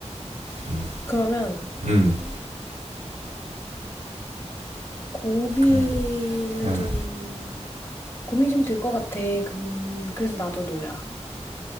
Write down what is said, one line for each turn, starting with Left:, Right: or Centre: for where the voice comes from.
Right: 음.
Left: 그러면
Right: 음.
Left: 음, 고민을
Right: 음. 음.
Left: 좀 고민 좀 들 것 같아. 근 그래서 나도 노야.